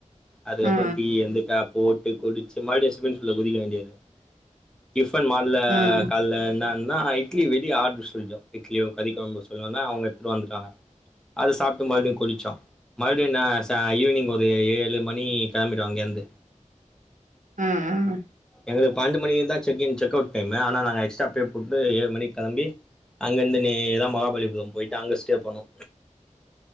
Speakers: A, in the centre; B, on the right.
A: அதுக்கப்றோ
B: ம்
A: டீ எழ்ந்து கா போட்டு குடிச்சு மறுபடியு ஸ்விம்மிங் ஃபூல்ல குதிக்க வேண்டியது டிஃபன் மால்ல
B: ம் ம்
A: கால்ல என்னன்னா இட்லி வெளிய ஆட்ரு சொல்ட்டோ இட்லியு கறி கொழம்பு சொன்னோன்னா அவுங்க எட்த்துட்டு வந்துட்டாங்க அத சாப்ட்டு மறுப்டியு குளிச்சோ மறுபடியு நா சா ஈவினிங் ஒரு ஏழு மணி கெளம்பிட்டோ அங்கேர்ந்து
B: ம் ம்
A: எங்களுக் பண்டு மணிக்கு தா செக்கிங் செக் அவுட் டைமு ஆனா நாங்க எக்ஸ்ட்ரா பே போட்டு ஏழு மணிக் கெளம்பி அங்கர்ந்து நேரா மகாபலிபுரம் போய்ட்டு அங்க ஸ்டே பண்ணோ